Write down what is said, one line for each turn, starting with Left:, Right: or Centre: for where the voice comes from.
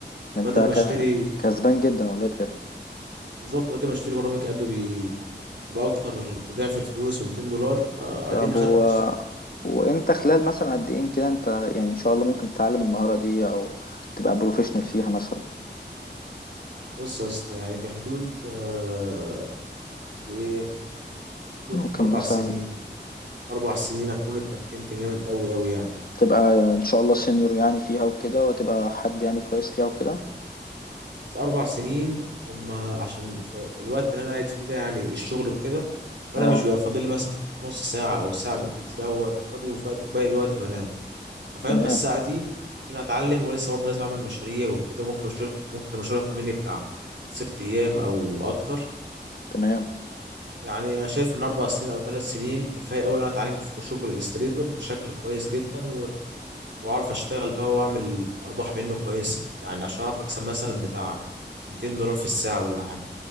Left: انت
Right: بدل
Left: ك-
Right: ما اشتري
Left: كسبان جدا والله بجد
Right: بالظبط بدل ما اشتري برامج ادوبي باكتر بضعف الفلوس ب 200 دولار آه،
Left: طب
Right: اديني خدت
Left: و...
Right: الشهر
Left: وانت خلال مثلا قد ايه كده انت يعني ان شاء الله ممكن تتعلم المهارة دي او تبقى بروفيشنال فيها مثلا
Right: بص يا اسطى يعني في حدود آه، قد ايه حدود
Left: ممكن
Right: اربع
Left: مثلا
Right: سنين اربع سنين اكون اتمكنت جامد قوي قوي يعني
Left: تبقى ان شاء الله سينيور يعني فيها وكده وتبقى حد يعني كويس فيها وكده
Right: بس اربع سنين هم عشان في في الوقت اللي انا قاعد فيه ده يعني الشغل وكده فانا
Left: اه
Right: مش بيبقى فاضل لي مثلا نص ساعه او ساعه بالكتير او وقت فاضي وفات- وباقي الوقت بنام فاهم
Left: تمام
Right: فالساعه دي ممكن اتعلم ولسه برضه لازم اعمل مشاريع وكده ممكن الشغل ممكن المشروع ياخد مني بتاع ست ايام او اكتر
Left: تمام
Right: فيعني انا شايف ان اربع سنين او ثلاث سنين كفايه قوي ان انا اتعلم الفوتوشوب والاستريتور بشكل كويس جدا واعرف اشتغل بقى واعمل ارباح منه كويسه يعني عشان اعرف اكسب مثلا بتاع 200 دولار في الساعه ولا حاجه